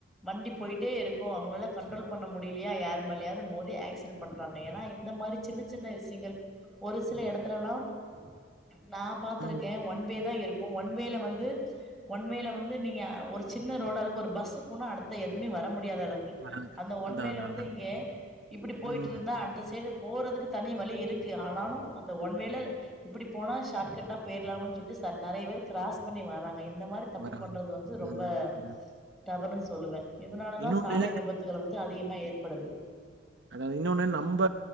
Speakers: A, in the centre; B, on the right.
A: வண்டி போயிட்டே இருக்கு அவங்களால கன்ட்ரோல் பண்ண முடியலையா யார் மேலயாவது மோதி ஆக்சிடென் பண்றாங்க ஏன்னா இந்த மாரி சின்ன சின்ன விஷயங்கள் ஒரு சில எடத்துலலாம் நா பாத்திருக்கே
B: ம்
A: ஒன் வே தா இருக்கு ஒன் வேல வந்து ஒன் வேல வந்து நீங்க ஒரு சின்ன ரோடா இருக்கு ஒரு பஸ்சு போனா அடுத்த எதுமே வர முடியாத அளவு க்கு
B: வராது.
A: அந்த ஒன்வேல
B: அதான் அதான்
A: வந்து
B: அதான்
A: இங்க இப்புடி போயிட்ருந்தா
B: ம்
A: அந்த சைடு போறதுக்கு தனி வழிஇருக்கு ஆனாலு அந்த ஒன் வேல இப்படி போனா ஷார்ட் கட்டா போயிர்லாமா சொல்ட்டு ச நெறைய வேர் கிராஸ் பண்ணி வாறாங்க இந்த மாரி தப்பு
B: வராது.
A: பண்றது வந்து ரொம்ப
B: ம் ம்.
A: தவறுன் சொல்லுவே இதனாலதா
B: இன்னொன்னு
A: சாலை விபத்துகள் வந்து அதிகமா ஏற்படுது
B: அ இன்னொன்னு நம்ப